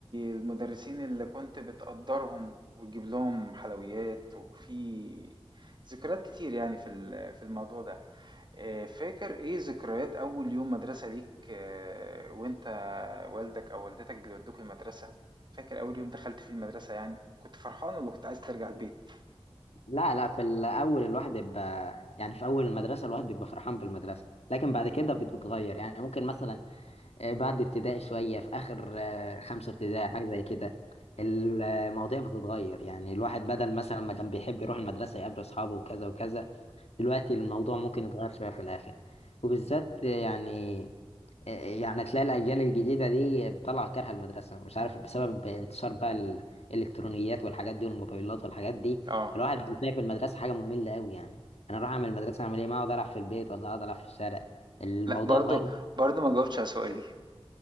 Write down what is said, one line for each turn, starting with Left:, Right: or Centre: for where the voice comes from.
Right: المدرسين اللي كنت بتقدرهم وتجيب لهم حلويات وفي ذكريات كتير يعني في ال- في الموضوع ده آه، فاكر ايه ذكريات اول يوم مدرسة ليك آه، وانت والدك او والدتك بيودوك المدرسة فاكر اول يوم دخلت فيه المدرسة يعني كنت فرحان ولا كنت عايز ترجع البيت
Left: لا لا في الأول الواحد بيبقى يعني في أول المدرسة الواحد بيبقى فرحان بالمدرسة لكن بعد كده بتتغير يعني ممكن مثلا آه، بعد ابتدائي شوية في آخر آه، خمسة ابتدائي حاجة زي كده المواضيع بتتغير يعني الواحد بدل مثلا ما كان بيحب يروح المدرسة يقابل أصحابه وكذا وكذا دلوقتي الموضوع ممكن يتغير شوية في الآخر وبالذات آه، يعني آه، يعني تلاقي الأجيال الجديدة دي بتطلع كارهة المدرسة مش عارف بسبب انتشار بقى ال- الإلكترونيات والحاجات دي والموبايلات والحاجات دي
Right: اه
Left: الواحد بيلاقي في المدرسة حاجة مملة قوي يعني أنا أروح أعمل المدرسة أعمل إيه ما أقعد ألعب في البيت ولا أقعد ألعب في الشارع الموضوع
Right: لا برضو
Left: اتغير
Right: برضو ما جاوبتش على سؤالي